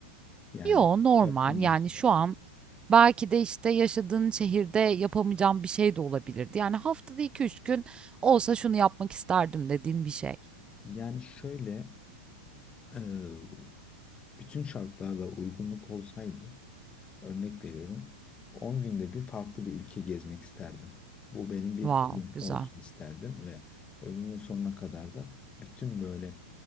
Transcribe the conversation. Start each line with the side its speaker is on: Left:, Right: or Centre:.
Left: Yani
Right: Yo, normal.
Left: yapılmasın.
Right: Yani, şu an belki de, işte, yaşadığın şehirde yapamayacağım bir şey de olabilirdi. Yani, haftada iki üç gün olsa şunu yapmak isterdim dediğim bir şey.
Left: Yani şöyle e, bütün şartlarda uygunluk olsaydı örnek veriyorum 10 günde bir farklı bir ülke gezmek isterdim. Bu benim bir
Right: Wow,
Left: hobim
Right: güzel.
Left: olsun isterdim ve ömrümün sonuna kadar da bütün böyle